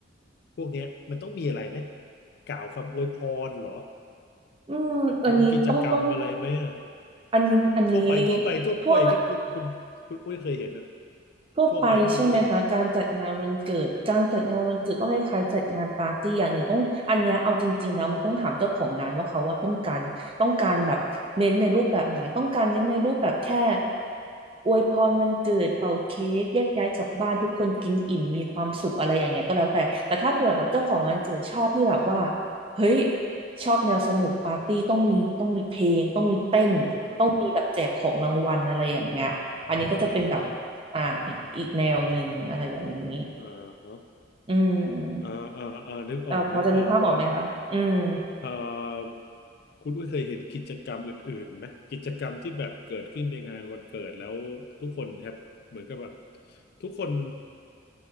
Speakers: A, on the left (about 55°); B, on the right (about 30°).
A: พวกเนี้ยมันต้องมีอะไรไหมกล่าวคำอวยพรเหรอ
B: อืมอันนี้ต้องต้อง
A: หรือว่ากิจกรรมอะไรไหมอะ
B: อันนี้อันนี้
A: ทั่วไปทั่วไปทั่วไปที่คุณคุณคุณอุ้ยเคยเห็นนะ
B: ทั่ว ทั่วไปใช่ไหมคะการจัดงานวันเกิดการจัดงานวันเกิดก็คล้ายๆจัดงานปาร์ตี้อย่างหนึ่งต้องอันเนี้ยเอาจริงๆแล้วมันต้องถามเจ้าของงานว่าเขาว่าต้องการต้องการแบบเน้นในรูปแบบไหนต้องการเน้นในรูปแบบแค่
A: ทั่วไปที่คุณอุ้ยเคยเห็นนะ
B: อวยพรวันเกิดเป่าเค้กแยกย้ายกลับบ้านทุกคนกินอิ่มมีความสุขอะไรอย่างเงี้ยก็แล้วแต่แต่ถ้าเผื่อแบบเจ้าของวันเกิดชอบที่แบบว่าเฮ้ยชอบแนวสนุกปาร์ตี้ต้องมีต้องมีเพลงต้องมีเต้นต้องมีแบบแจกของรางวัลอะไรอย่างเงี้ยอันนี้ก็จะเป็นแบบ
A: อ่าฮะอ่า
B: อ่าอีกอีกแนวหนึ่งอะไรอย่างนี้
A: อ่าฮะ
B: อืม
A: อ่าอ่าอ่านึกออกนึกออกแล้ว
B: อ่าพอจะนึกภาพออกไหมคะอืม
A: เอ่อคุณอุ้ยเคยเห็นกิจกรรมอื่นๆไหมกิจกรรมที่แบบเกิดขึ้นในงานวันเกิดแล้วทุกคนแฮปเหมือนกับแบบทุกคน